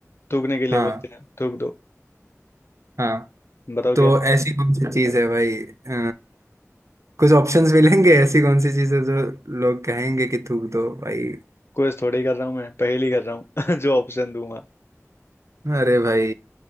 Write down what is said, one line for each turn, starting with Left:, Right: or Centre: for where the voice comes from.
Left: थूकने के लिए
Right: हाँ
Left: बोलते हैं थूक दो
Right: हाँ
Left: बताओ
Right: तो
Left: क्या
Right: ऐसी कौन सी चीज़ है भाई अ, कुछ ऑप्शंस मिलेंगे ऐसी कौन सी चीज़ है जो लोग कहेंगे कि थूक दो भाई
Left: क्विज थोड़ी कर रहा हूँ मैं पहेली कर रहा हूँ <laughs> जो ऑप्शन दूंगा
Right: अरे भाई